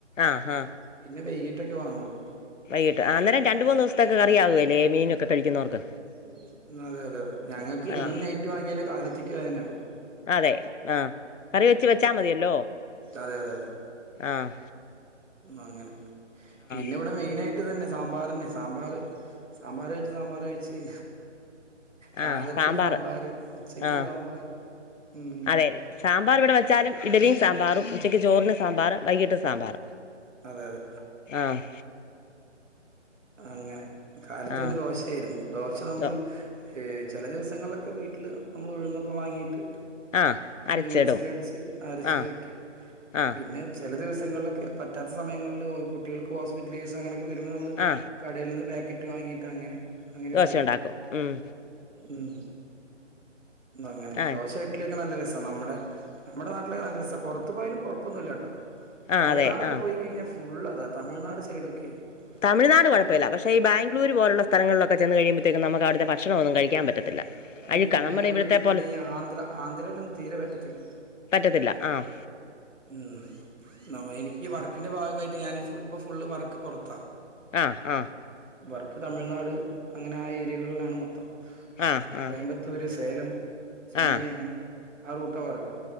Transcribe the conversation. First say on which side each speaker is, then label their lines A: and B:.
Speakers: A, on the left; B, on the right.
A: ആഹ് ആഹ്
B: പിന്നെ വൈകിട്ടൊക്കെ വാങ്ങുള്ളൂ
A: വൈകീട്ട് അന്നെരം രണ്ട് മൂന്ന് ദെവസത്തേക്ക് കറിയാവുകേല്ലേ മീനൊക്കെ കഴിക്കുന്നവർക്ക്
B: ഉം അതെ അതെ അതെ ഞങ്ങക്ക് ഞങ്ങള്
A: ആഹ്
B: നൈറ്റ് വാങ്ങിയാലെ കാലത്തേക്ക് അതെന്നെ ആകും
A: അതെ ആഹ് കറി വെച്ച് വെച്ചാ മതിയല്ലോ
B: അതെ അതെ അതെ
A: ആഹ്
B: അങ്ങനെ പിന്നെ
A: ആഹ്
B: ഇവിടെ മെയിനായിട്ട് ഇതന്നെ സാമ്പാറന്നെ സാമ്പാറ് സാമ്പാറ് കഴിച്ച് സാമ്പാർ കഴിച്ച് കാലത്ത്
A: ആഹ് സാമ്പാർ
B: സാമ്പാറ് ഉച്ചക്ക്
A: ആഹ്
B: സാമ്പാറ് ഉം
A: അതെ സാമ്പാർ ഇവിടെ വെച്ചാലും ഇഡലിയും സാമ്പാറും ഉച്ചയ്ക്ക് ചോറിന് സാമ്പാർ വൈകിട്ട് സാമ്പാറ്
B: അതെ അതെ
A: ആഹ്
B: അങ്ങനെ കാലത്ത്
A: ആ
B: പിന്നെ ദോശയായിരുന്നു ദോശ നമ്മള്
A: ദോ
B: ചെല ദിവസങ്ങളിലൊക്കെ വീട്ടില് നമ്മള് ഉഴുന്നൊക്കെ വാങ്ങിയിട്ട്
A: ആ അരച്ചിടും
B: മിക്സീലടിച്ച് അരച്ച്
A: ആ
B: വെക്കും
A: ആ
B: പിന്നെ ചില ദിവസങ്ങളിലൊക്കെ പറ്റാത്ത സമയങ്ങളില് കുട്ടികൾക്ക് ഹോസ്പിറ്റൽ കേസ് അങ്ങനെയൊക്കെ വരുമ്പോൾ നമ്മൾ
A: ആ
B: കടേൽ നിന്ന് പേക്കറ്റ് വാങ്ങിയിട്ട് അങ്ങനെ അങ്ങനെ
A: ദോശ
B: ഉപയോഗിക്കും
A: ഉണ്ടാക്കും ഉം
B: ഉം അങ്ങനെ
A: ആ
B: ദോശായി വീട്ടിലെക്കെ നല്ല രസാ നമ്മുടെ നമ്മുടെ നാട്ടിലേക്കെ നല്ല രസാ പൊറത്ത് പോയാലും കൊഴപ്പൊന്നുല്ല കേട്ടോ
A: ആ
B: തമിഴ്നാടൊക്കെ
A: അതെ ആ
B: പോയി കഴിഞ്ഞാ ഫുള്ളതാ തമിഴ്നാട് സൈഡൊക്കെ
A: തമിഴ്നാട്
B: ഫുള്ള്
A: കൊഴപ്പല്ല പക്ഷെ പക്ഷെ ഈ ബാംഗ്ലൂര് പോലൊള്ള സ്ഥലങ്ങളിലൊക്കെ ചെന്ന് കഴിയുംപഴത്തേക്കും നമുക്കവിടുത്തെ ഭക്ഷണമൊന്നും കഴിക്കാൻ പറ്റത്തില്ല
B: അയ്യോ
A: അഴുക്കാ
B: ബാംഗ്ലൂര്
A: നമ്മുടെ ഇവിടുത്തെ
B: പിന്നെ
A: പോലെ
B: ഈ ആന്ധ്ര ആന്ധ്രേലൊന്നും തീരെ പറ്റത്തില്ല
A: പറ്റത്തില്ല ആഹ്
B: ഉം നമ്മ എനിക്കീ വർക്കിന്റെ ഭാഗായിട്ട് ഞാന് ഫുള്ള് പ്പ ഫുള്ള് വർക്ക് പുറത്താ
A: ആഹ് ആഹ്
B: വർക്ക് തമിഴ്നാട് അങ്ങനെ ആ ഏരിയകളിലാണ് മൊത്തം
A: ആ ആ
B: കോയമ്പത്തൂര് സേലം ചെന്നൈ
A: ആ
B: അങ്ങനെ ആ റൂട്ടാ വർക്ക്